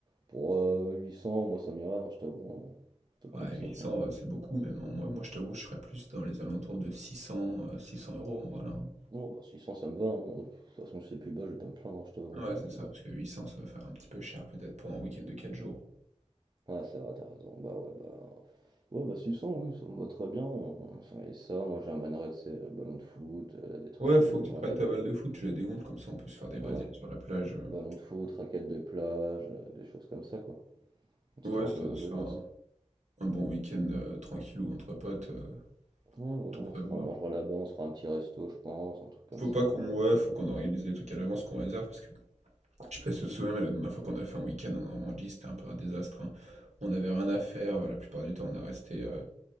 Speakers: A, on the right; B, on the right.
A: pour euh, 800, moi ça m'irait, hein, je t'avoue. hein. Un truc
B: Ouais
A: comme ça,
B: huit
A: quoi.
B: cents euh, c'est beaucoup même. hein. Moi moi je t'avoue je serais plus dans les alentours de six cents euh, six cents euros hein, voilà. Hein.
A: Bon, bah, 600, ça me va. hein. De toute façon, si c'est plus bas, je vais pas me plaindre, hein, je t'avoue.
B: Ouais
A: hein, Donc,
B: c'est ça
A: euh,
B: parce que 800 ça va faire un petit peu cher peut-être pour un week-end de 4 jours.
A: ouais, c'est vrai, t'as raison. Bah, ouais, bah. Ouais, bah 600, oui, ça me va très bien. hein. Ça et ça, moi j'emmènerais, tu sais, euh, ballon de foot, euh, des trucs,
B: Ouais, faut
A: euh,
B: que tu
A: raquettes
B: prennes ta
A: de.
B: balle de foot, tu la dégonfles, comme ça on peut se faire des Brésils
A: Ouais,
B: sur la plage. euh.
A: ballon de foot, raquettes de plage, euh, des choses comme ça, quoi. Histoire
B: Ouais, c'est-
A: de, de bien
B: enfin,
A: ça.
B: un bon week-end euh, tranquille ou entre potes, euh,
A: Ouais, voilà,
B: tout
A: on
B: prévoir.
A: se fera, on mangera là-bas, on se fera un petit resto, je pense, un truc comme
B: Faut
A: ça.
B: pas
A: hein.
B: qu'on ouais, faut qu'on organise des trucs à l'avance, qu'on réserve, parce que je sais pas si vous vous souvenez, mais la dernière fois qu'on a fait un week-end en Normandie, c'était un peu un désastre. hein. On n'avait rien à faire, la plupart du temps on est resté, euh,
A: Ouais, Ouais,